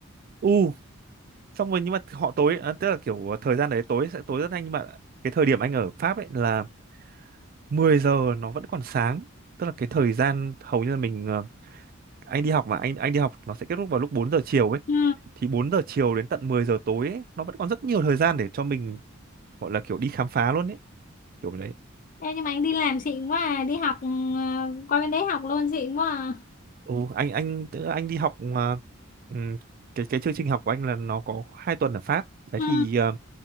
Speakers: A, on the right (about 45°); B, on the left (about 40°).
A: u xong rồi nhưng mà họ tối à, tức là kiểu thời gian đấy tối sẽ tối rất nhanh nhưng mà cái thời điểm anh ở Pháp ấy là 10 giờ nó vẫn còn sáng tức là cái thời gian hầu như là mình ờ, anh đi học mà anh anh đi học nó sẽ kết thúc vào lúc 4 giờ chiều ấy
B: Ừ.
A: thì 4 giờ chiều đến tận 10 giờ tối ấy, nó vẫn còn rất nhiều thời gian để cho mình gọi là kiểu đi khám phá luôn ấy kiểu đấy
B: Ê, nhưng mà anh đi làm xịn quá à, đi học ờ, qua bên đấy học luôn xịn quá à.
A: ừ, anh anh tức là anh đi học mà ừm, cái cái chương trình học của anh là nó có hai tuần ở Pháp đấy
B: Ừ.
A: thì ờ,